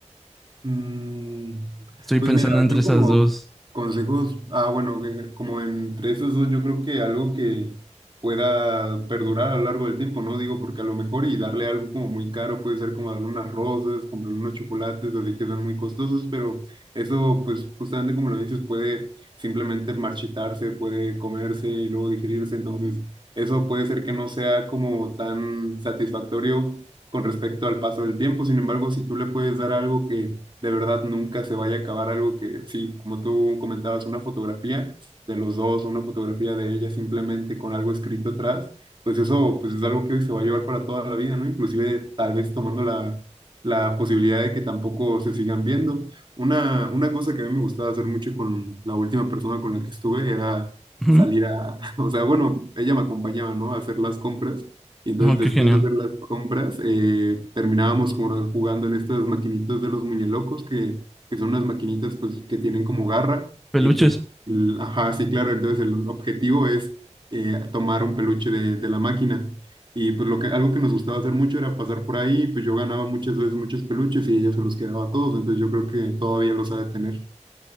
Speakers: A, on the right; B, in the centre.
A: Mm,
B: Estoy
A: pues
B: pensando
A: mira,
B: entre
A: yo
B: esas
A: como
B: dos.
A: consejos, ah, bueno, que- como entre esos dos, yo creo que algo que pueda perdurar a lo largo del tiempo, ¿no? Digo, porque a lo mejor y darle algo como muy caro puede ser como darle unas rosas, comprar unos chocolates, así que son muy costosos, pero eso, pues justamente como lo dices, puede simplemente marchitarse, puede comerse y luego digerirse, entonces eso puede ser que no sea como tan satisfactorio con respecto al paso del tiempo, sin embargo, si tú le puedes dar algo que de verdad nunca se vaya a acabar algo que, sí, como tú comentabas, una fotografía de los dos, una fotografía de ella simplemente con algo escrito atrás, pues eso pues es algo que se va a llevar para toda la vida, ¿no? Inclusive tal vez tomando la, la posibilidad de que tampoco se sigan viendo. Una, una cosa que a mí me gustaba hacer mucho con la última persona con la que estuve era
B: Ujú.
A: salir a, <laughs> o sea, bueno, ella me acompañaba, ¿no? A hacer las compras y entonces
B: Oh,
A: después
B: qué genial.
A: de hacer las compras, eh, terminábamos como jugando en estas maquinitas de los muñelocos, que, que son unas maquinitas pues que tienen como garra.
B: Peluches.
A: Y pues, el- ajá, sí, claro, entonces el objetivo es eh, tomar un peluche de, de la máquina. Y pues lo que, algo que nos gustaba hacer mucho era pasar por ahí, pues yo ganaba muchas veces muchos peluches y ella se los quedaba a todos, entonces yo creo que todavía los ha de tener.